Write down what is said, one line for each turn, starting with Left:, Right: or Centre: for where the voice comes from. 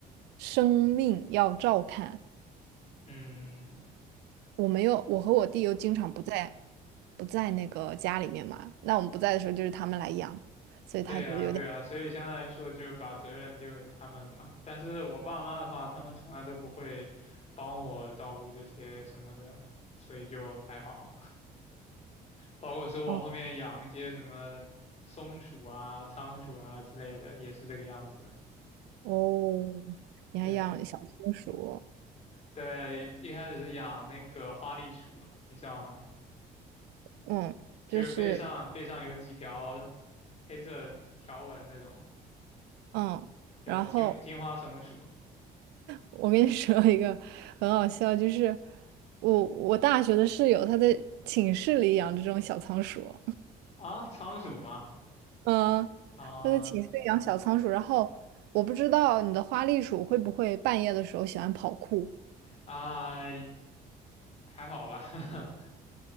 Right: 生命要照看。
Left: 嗯，
Right: 我没有，我和我弟又经常不在，不在那个家里面嘛，那我们不在的时候就是他们来养，所以他就有点，
Left: 对啊，对啊，所以相当于说就是把责任丢给他们了嘛。但是我爸妈的话，他们从来都不会帮我照顾这些什么的，所以就还好。包括说我后面养一些什么松鼠啊、
Right: 哦
Left: 仓鼠啊之类的，也是这个样子。
Right: 哦，你还养小松鼠，
Left: 对。对，一开始是养那个花栗鼠，你知道吗？
Right: 嗯，
Left: 就是背上背上有几条
Right: 就是
Left: 黑色条纹那种。
Right: 嗯，
Left: 对，
Right: 然后。
Left: 金金花松鼠
Right: 我跟你 <laughs> 说一个很好笑，就是我我大学的室友，她在寝室里养这种小仓鼠，
Left: 啊，仓鼠吗？
Right: 嗯，
Left: 啊
Right: 她在寝室里养小仓鼠，然后我不知道你的花栗鼠会不会半夜的时候喜欢跑酷，
Left: 啊，还好吧。<laughs>